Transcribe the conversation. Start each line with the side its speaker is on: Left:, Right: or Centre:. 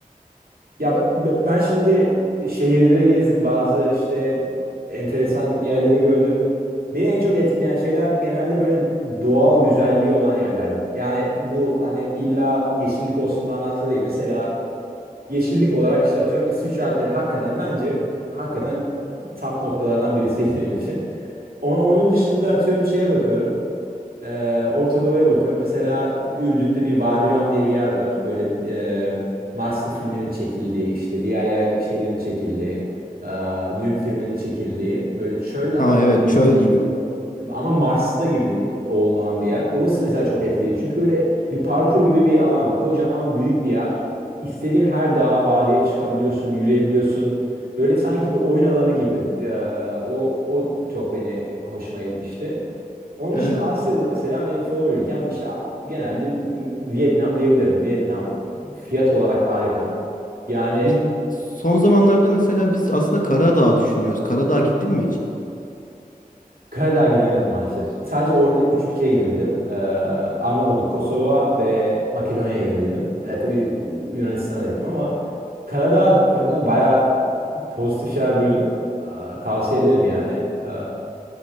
Right: ya b- b- ben şimdi şehirleri gezdim, bazı işte enteresan yerleri gördüm. Beni en çok etkileyen şeyler genelde böyle doğal güzelliği olan yerlerdi. Yani bu hani illa yeşillik olsun manasında değil. Mesela yeşillik olarak işte atıyorum İsviçre Alpleri hakikaten bence hakikaten top noktalardan birisiydi <laughs> benim için. Ama onun dışında atıyorum şeye bakıyorum. Ee, Orta Doğu'ya bakıyorum. Mesela Ürdün'de bir Vadi Ram diye bir yer var. Böyle e, Marslı filminin çekildiği, işte diğer yer, şeylerin çekildiği, e, Dün filminin çekildiği, böyle çöl
Left: Ha
Right: ama
Left: evet
Right: bir
Left: çöl gibi.
Right: ama Mars'ta gibi olan bir yer. Orası mesela çok etkileyici. Çünkü böyle bir parkur gibi bir alan. Kocaman büyük bir yer. İstediğin her dağa, vadiye çıkabiliyorsun, yürüyebiliyorsun. Böyle sanki bir oyun alanı gibi. Ya, o, o çok beni hoşuma gitmişti. Onun
Left: Evet.
Right: dışında Asya'da mesela benim favori ülkem işte genelde Vietnam diyebilirim. Vietnam fiyat olarak harika. Yani
Left: Biz son zamanlarda mesela biz aslında Karadağ düşünüyoruz. Karadağ gittin mi hiç?
Right: Karadağ'a gidemedim maalesef. Sadece orada 3 ülkeye gidebildim. Ee, Arnavutluk, Kosova ve Makedonya'ya gidebildim. E, tabii Yunanistan'a da gittim ama Karadağ hakkında bayağı pozitif şeyler duydum. Ee, tavsiye ederim yani. Ee,